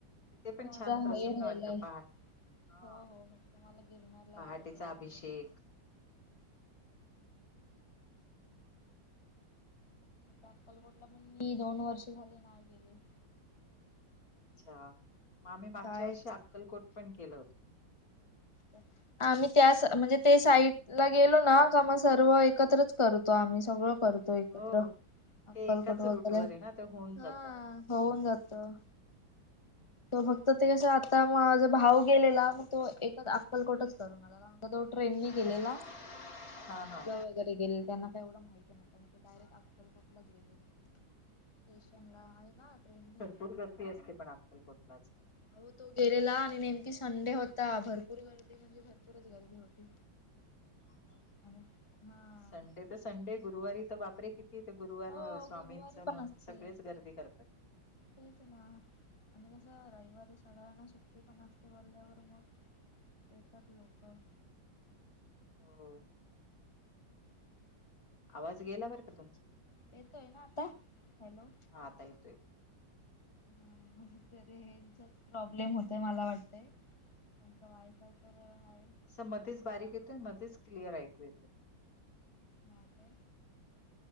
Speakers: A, on the left; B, on the left.
A: तिथे
B: फक्त
A: पण
B: माझा
A: छान प्रसन्न
B: हे राहिलय.
A: वाटत पहाट हा
B: हो हो, मग तुम्हाला गिरणाला
A: पहाटेचा
B: जायचं कधी,
A: अभिषेक
B: कशी, आक्कलकोटला लकोटला पण मी दोन वर्ष झाले नाही गेले.
A: अच्छा, आम्ही मागच्या
B: जायच
A: वर्षी अक्कलकोट पण केलं होतं.
B: अच्छा, आम्ही त्याच, म्हणजे ते साईड ला गेलो ना का मग सर्व एकत्रच करतो आम्ही, सगळं करतो. एकत्र,
A: हो
B: आक्कलकोट
A: ते एकाच
B: वैगेरे,,
A: रूट वर आहे ना ते होऊन जात
B: हा,, होऊन जातं. फक्त ते कस, आता माझ भाऊ गेलेला मग तो एकच अक्कलकोटच करून आला. तो ट्रेननी
A: हा
B: गेलेला,
A: हा
B: मुलं
A: हा
B: वगैरे गेले त्यांना काही एवढं माहिती नाही. मग ते डायरेक्ट
A: हा.
B: अक्कलकोटलाच गेले, स्टेशन ला आहे का ट्रेनी.
A: फुलं गर्दी असते पण आत आक्कलकोटलाच.
B: हो तो गेलेला आणि नेमकी संडे होता, भरपूर गर्दी म्हणजे भरपूर. गर्दी होती.
A: हो ना,
B: आणि हा
A: संडे तर संडे गुरुवारी तर बापरे किती तिथे गुरुवार
B: हो
A: स्वामींचं
B: गुरुवारी पण
A: म्हणून
B: असते
A: सगळेच गर्दी करतात.
B: तेच ना. आणि कसं रविवारी सगळ्यांना सुट्टी पण असते, बोलल्यावर मग येतात लोकं.
A: हो. आवाज गेला बर का तुमचा,,
B: येतोय ना आता हॅलो
A: हा आता येतोय
B: ह म्हजे त हेचाच प्रॉब्लेम होतय मला वाटतय. त्यांचा वायफाय तर आहे.
A: आस मध्येच बारीक येतय, मध्येच क्लिअर ऐकू येतय.
B: हो काय.